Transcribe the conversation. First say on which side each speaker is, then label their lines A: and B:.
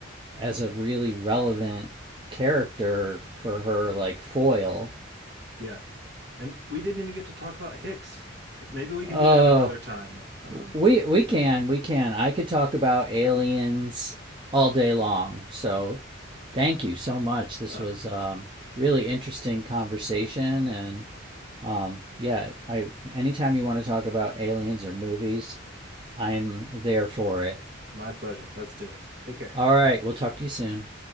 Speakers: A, on the right; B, on the right.
A: as a really relevant character for her, like foil.
B: yeah. And we didn't even get to talk about Hicks. Maybe we can
A: Oh,
B: do that another time, though. Um,
A: We we can we can. I could talk about aliens all day long. So thank you so much. This
B: uh,
A: was um, really interesting conversation, and um, yeah, I anytime you want to talk about aliens or movies, I'm there for it.
B: my pleasure. Let's do it. Take care.
A: All right, we'll talk to you soon.